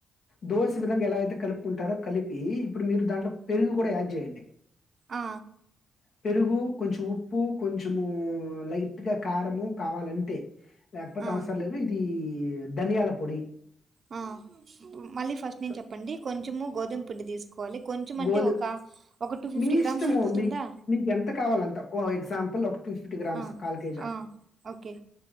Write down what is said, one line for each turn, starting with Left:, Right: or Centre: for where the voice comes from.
Left: దోశ విధంగా ఎలా అయితే కలుపుకుంటారో కలిపి ప్పి ఇప్పుడు మీరు దాంట్లో పెరుగు కూడా యాడ్ చేయండి
Right: ఆ
Left: పెరుగు కొంచెం ఉప్పు కొంచెము లైట్గా కారము కావాలంటే లేకపోతే
Right: ఆ,
Left: అవసరం లేదు ఇది ఈ ధనియాల పొడి
Right: ఆ మళ్ళీ ఫస్ట్ నేను
Left: సో,
Right: చెప్పండి కొంచ కొంచెము గోుంపుండి తీసుకు కోవాలి కొంచం అంటే
Left: గోధు
Right: ఒక ఒక టూ ఫిఫ్టీ
Left: మీ
Right: గ్రామ్స్
Left: ఇష్టము
Right: సరిపోతుందా
Left: మీ మీకు ఎంత కావాలంత ఓ ఎగ్జాంపుల్ ఒక టూ ఫిఫ్టీ గ్రామ్స్
Right: ఆ,
Left: కాల్ కేేజా
Right: ఆ, ఓకే